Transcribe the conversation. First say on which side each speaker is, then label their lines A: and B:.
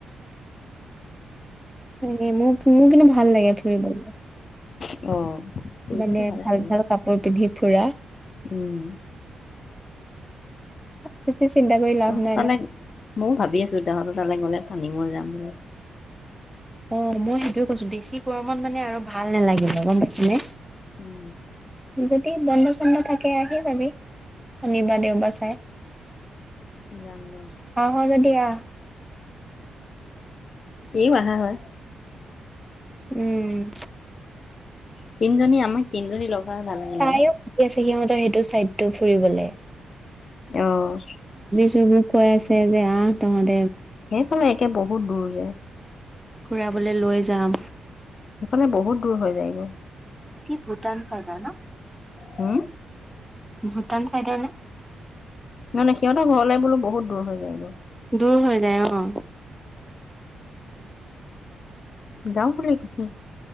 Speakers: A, in the centre; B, on the left.
A: মোৰ, মোৰ কিন্তু ভাল লাগে ফুৰিব।
B: অ', ফুৰিবতো
A: মানে
B: ভালে
A: ভাল
B: লাগে
A: ভাল কাপোৰ পিন্ধি ফুৰা।
B: উম
A: বেছি
B: <unintelligible>
A: চিন্তা কৰি লাভ নাই ন
B: ভাবি আছিলো <unintelligible> তালে গ'লে পানী মোৰ যাম বুলি।
A: অ', মই সেইটোয়ে কৈছো বেছি গৰমত মানে আৰু ভাল নালাগিলে গম পাইছেনে?
B: উম
A: যদি বন্ধ চন্ধ থাকে আহি ভাবি শনিবা দেওবা চাই
B: জান ল
A: আহ যদি আহ
B: এই আহা হয়
A: উম
B: তিজনী আমাক তিজনী লোক ভাল লাগিল
A: তাইও
B: ন
A: মাতি আছে সিহঁতৰ সেইটো চাইডটো ফুৰিবলে।
B: আহ
A: যবোৰ কৈ আছে যে আহ তহত।
B: সেইফালে একে বহুত দূৰ তি <unintelligible>
A: ফুৰাবলৈ লৈ যাম।
B: সেফালে বহুত দূৰ হৈ যায়গৈ।
A: কি ভূটান চদ ন
B: হম।
A: ভূটান চাইডৰ ন
B: নহ নে সিহঁতৰ ঘৰলে বোলো বহুত দূৰ হৈ যায় গে।
A: দূৰ হৈ যায় অ।
B: যাম বুলি ক